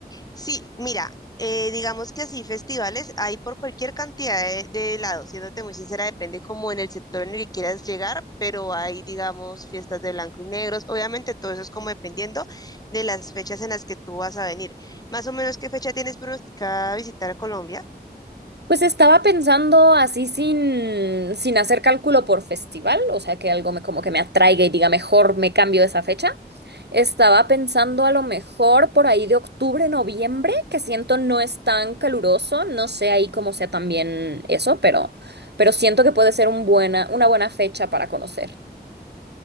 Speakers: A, on the left (about 20°); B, on the right (about 80°).
A: Sí, mira, eh, digamos que así festivales hay por cualquier cantidad de, de lados, siéndote muy sincera, depende como en el sector en el que quieras llegar, pero hay, digamos, fiestas de blanco y negros. Obviamente todo eso es como dependiendo de las fechas en las que tú vas a venir. Más o menos, ¿qué fecha tienes pronosticada visitar a Colombia?
B: Pues estaba pensando así sin, sin hacer cálculo por festival, o sea, que algo me, como que me atraiga y diga, mejor me cambio esa fecha. Estaba pensando a lo mejor por ahí de octubre, noviembre, que siento no es tan caluroso, no sé ahí cómo sea también eso, pero, pero siento que puede ser un buena, una buena fecha para conocer.